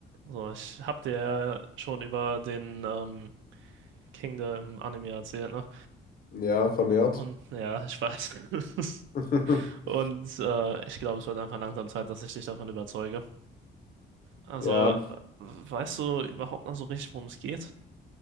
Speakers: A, on the right (about 75°); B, on the left (about 50°).
A: So, ich hab dir ja schon über den ähm, King der Anime erzählt, ne?
B: Ja, vermehrt.
A: Und ja, ich weiß. <laughs>
B: <laughs>
A: Und äh, ich glaube, es wird einfach langsam Zeit, dass ich dich davon überzeuge. Also,
B: Ja,
A: äh, weißt du überhaupt noch so richtig, worum es geht?